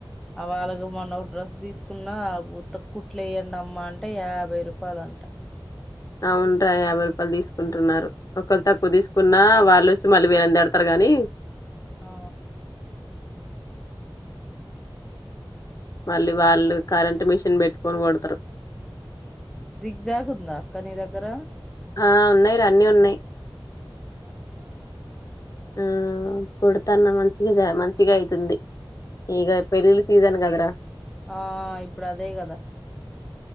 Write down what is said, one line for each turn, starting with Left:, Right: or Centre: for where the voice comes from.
Centre: ఆ వాళ్ళకి మొన్న ఒక డ్రెస్ తీసుకున్న ఉత్త కుట్లు ఎయంండ అమ్మా అంటే యాభై రూపాయలు అంట
Left: అవునురా యాభై రూపాయలు తీసుకుంటున్నారు ఒకళ్రు తక్కువ
Centre: ఆ
Left: తీసుకున్న వాళ్ళు మళ్ళీ మీీరెంత ఆడతారు గానీ
Centre: ఆ
Left: మళ్ళీ వాళ్ళు కరెంు మిషన్ పెట్టుకని కొడతారు
Centre: జిగ్జాక్ ఉందా అక్క నీ దగ్గర
Left: ఆ ఉన్నాయి రన్నీ ఉన్నాయి
Centre: ఆహా
Left: ఆ కొడతన్న మంచిగా మంచిగా అవుతుంది ఈక పెళ్ళిళ్ళ సీజన్ కదరా
Centre: ఆ ఇప్పుడు అదే కదా